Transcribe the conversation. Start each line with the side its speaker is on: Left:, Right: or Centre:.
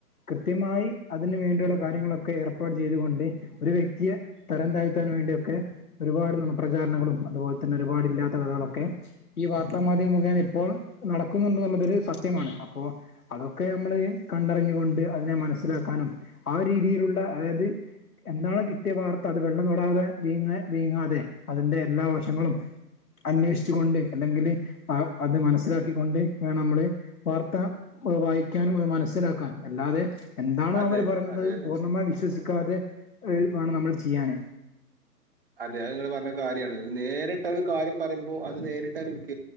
Left: കൃത്യമായി അതിന് വേണ്ടിയുള്ള കാര്യങ്ങളൊക്കെ ഏർപ്പാട് ചെയ്തുകൊണ്ട് ഒരു വ്യക്തിയെ തരം താഴ്ത്താൻ വേണ്ടിയൊക്കെ ഒരുപാട് നുണ പ്രചാരണങ്ങളും അതുപോലെ തന്നെ ഒരുപാട്ല്ലാത്ത കഥകളൊക്കെ ഈ വാർത്താമാധ്യമം മുഖേന ഇപ്പോൾ നടക്കുന്നുണ്ട് എന്നുള്ളതൊരു സത്യമാണ് അപ്പോ അതൊക്കെ മ്മള് കണ്ടറിഞ്ഞുകൊണ്ട് അതിനെ മനസ്സിലാക്കാനും ആ ഒരീതിയിലുള്ള അതായത് എന്താണോ കിട്ടിയ വാർത്ത അത് വെള്ളം തൊടാതെ വീങ്ങ വീങ്ങാതെ അതിന്റെ എല്ലാ വശങ്ങളും അന്വേഷിച്ചുകൊണ്ട് അല്ലെങ്കില് അത് മനസ്സിലാക്കിക്കൊണ്ട് വേണനമ്മള് ത്ത വായിക്കാനും അത് മനസ്സിലാക്കാനും അല്ലാതെ എന്താണോ
Right: അതെ
Left: അവര് പറയുന്നത്
Right: അതെ അതെ
Left: പൂർണ്ണമായി വിശ്വസിക്കാതെ വേണം നമ്മൾ ചെയ്യാന്
Right: അതെ അത് ങ്ങള് പറഞ്ഞ കാര്യണ് നേരിട്ട ഒരു കാര്യം പറയുമ്പോ അത് നേരിട്ടാണ്ട്